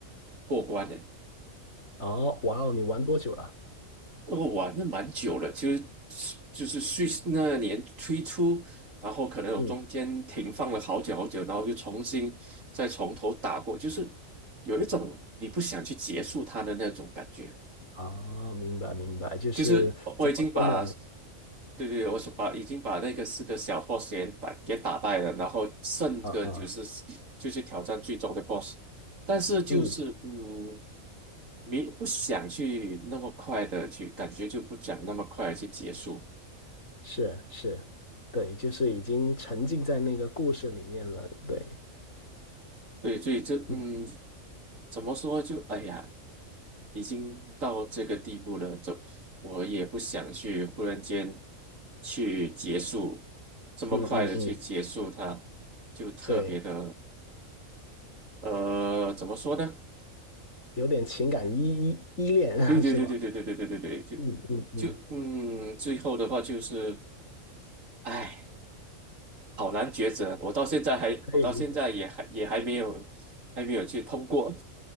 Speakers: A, on the right; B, on the left.
A: 过关呢，
B: 哦，哇哦，你玩多久了？
A: 我玩了蛮久了，其实就是 Switch 那年推出，然后可能有中间停放了好久好久，
B: 嗯，
A: 然后就重新再从头打过，就是有一种你不想去结束它的那种感觉。
B: 哦，明白明白，就是怎么说呢？
A: 就是我我已经把，对对，我是把已经把那个四个小 boss 给打给打败了，然后剩个就是
B: 啊啊，
A: 就是挑战最终的 boss，但是就是嗯，
B: 嗯，
A: 没不想去那么快的去，感觉就不想那么快的去结束，
B: 是是，对，就是已经沉浸在那个故事里面了，对。
A: 对，所以这嗯。
B: 嗯。
A: 怎么说就哎呀，已经到这个地步了，怎我也不想去忽然间去结束这么快的去结束它，
B: 嗯嗯嗯，
A: 就特别的
B: 对，
A: 呃，怎么说呢？
B: 有点情感依依依恋
A: 对对对对对对对对对对，
B: <laughs> 是吗？
A: 就
B: 嗯嗯嗯，
A: 就嗯，最后的话就是，哎，好难抉择，我到现在还我到现在也还也还没有还没有去通过，
B: 可以理解